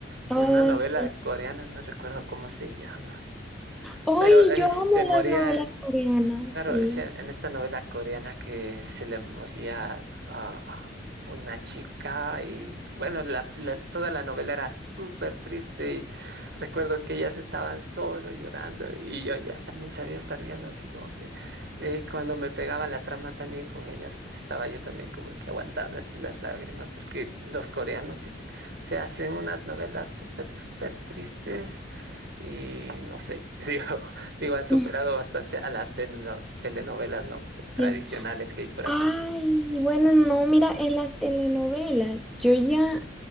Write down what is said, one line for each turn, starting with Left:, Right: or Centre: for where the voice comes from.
Right: con
Centre: Oh,
Right: una novela
Centre: sí.
Right: coreana, no recuerdo cómo se llama,
Centre: Hoy
Right: pero eh,
Centre: yo amo
Right: se moría.
Centre: las novelas coreanas,
Right: Claro,
Centre: sí.
Right: es en, en esta novela coreana que se le moría a a una chica y bueno, la- la- toda la novela era súper triste y recuerdo que ellas estaban solo llorando y yo ya también sabía estar viendo así como que eh, cuando me pegaba la trama también con ellas, pues estaba yo también como que aguantando así las lágrimas porque los coreanos sí- se hacen unas novelas súper, súper tristes y no sé, <laughs> digo, digo, han superado
Centre: Ujú.
Right: bastante a las tenelo- telenovelas no tradicionales
Centre: Sí.
Right: que hay por
Centre: Ay,
Right: aquí.
Centre: bueno, no, mira, en las telenovelas, yo ya,